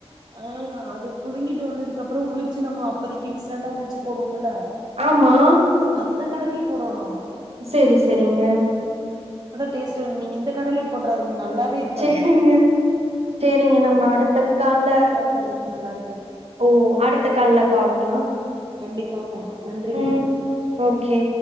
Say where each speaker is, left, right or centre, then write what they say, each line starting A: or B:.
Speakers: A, on the right; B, on the right.
A: ஆ அது புடுங்கிட்டு வந்ததுக்கப்றொ உழிச்சு நம்ம இப்போதைக்கு இன்ஸ்டண்டா உளிச்சி போடுவோம்ல
B: ஆமா
A: அந்த கடலை போடணு
B: செரி செரிங்க
A: டேஸ்டு நீங்க இந்த கடலைய போட்றாதீங்க நல்லாவே இருக்காது
B: சேரிங்க சேரிங்க நம்ம அடுத்த கால்ல
A: போறக்கு நல்லாருக்கு
B: ஓ அடுத்த கால்ல பாக்லா
A: கண்டிப்பாப்பா நன்றிப்பா
B: ம் ஓகே